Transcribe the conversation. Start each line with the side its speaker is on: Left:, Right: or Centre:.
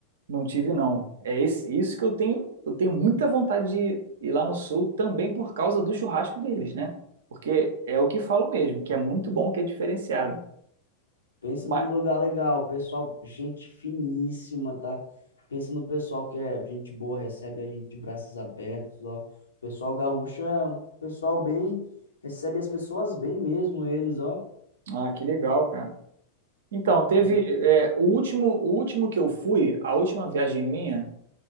Right: Não tive, não. É esse- isso que eu tenho. Eu tenho muita vontade de ir lá no Sul também por causa do churrasco deles, né? Porque é o que falo mesmo, que é muito bom, que é diferenciado.
Left: Pensa
Right: Mas,
Left: num lugar legal, pessoal, gente finíssima, tá? Pensa no pessoal que é gente boa, recebe a gente de braços abertos, ó. O pessoal gaúcho é um pessoal bem, recebe as pessoas bem mesmo, eles, ó.
Right: ah, que legal, cara. Então, teve,
Left: Pois.
Right: é, o último, o último que eu fui, a última viagem minha,